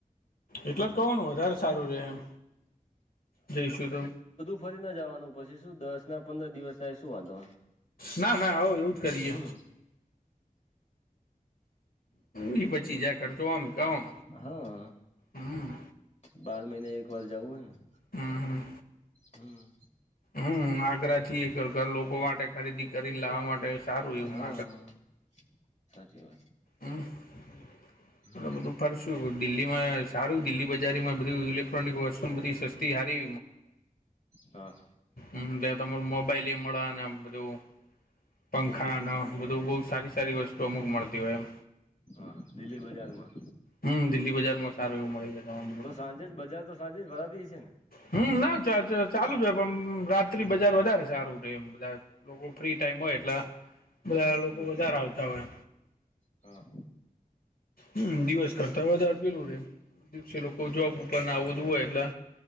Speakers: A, on the left (about 80°); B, on the left (about 50°).
A: એટલ જ કહોનું વધારે સારું રે એમ જઈશું તો.
B: પછીના જવાનું પછી શું દસ ના પંદર દિવસ થાય શું વાંધો.
A: ના ના હ એવું જ કરીએ.
B: હમ
A: હ એ પચીસ હજાર ખર્ચો આમ કે આમ.
B: હા
A: હમ
B: બાર મહિને એક વાર જાઉું હેને.
A: હમ હમ
B: હમ.
A: હમ આગ્રા થી એ ઘરના લોકો માટે ખરીદી કરીને લાવવા માટે. સારું એવું
B: હા સાચી વાત
A: હ એ
B: હમ
A: બધું <unintelligible> ફર છે દિલ્હી માં સારું દિલ્હી બજારીમાં બધું ઇલેક્ટ્રોનિક વસ્તુ બધી સસ્તી સારી
B: હા હા
A: હમ બે તમારુ મોબાઈલ એ મળવાને બધું. પંખા
B: હા
A: ન બધું બહુ સારી સારી વસ્તુ અમુક મળતી હોય એમ
B: હા દિલ્હી બજારમાં
A: હમ, દિલ્હી બજારમાં સારું એવું મળે જ તમામ લોકો
B: આજે જ બજાર તો <unintelligible>
A: હમ, ના ચાલુ જ પણ રાત્રિ
B: હમ.
A: બજાર વધારે સારું. બધા લોકો ફ્રી ટાઈમ હોય એટલે બધા લોકો
B: હમ
A: વધારે આવતા હોય
B: હા.
A: હમ, દિવસ કરતા વધારે પેલું રેવુ. દિવસે લોકો જોબ ઉપરના આવુ બધું હોય એટલે